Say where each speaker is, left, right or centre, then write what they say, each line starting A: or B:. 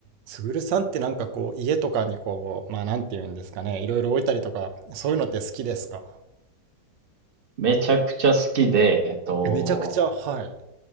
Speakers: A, on the right; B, on the right.
A: すぐるさんってなんかこう、家とかにこう、まあなんていうんですかね、いろいろ置いたりとか、そういうのって好きですか
B: めちゃくちゃ好きで、えっと、
A: めちゃくちゃ、はい。